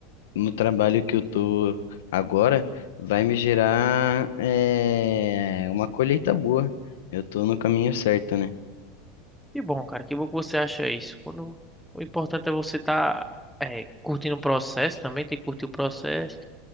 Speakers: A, on the left; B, in the centre.
A: no trabalho que eu tô agora, vai me gerar, é, uma colheita boa. Eu tô no caminho certo, né?
B: Que bom, cara. Que bom que você acha isso. Quando, o importante é você estar curtindo o processo também, tem que curtir o processo,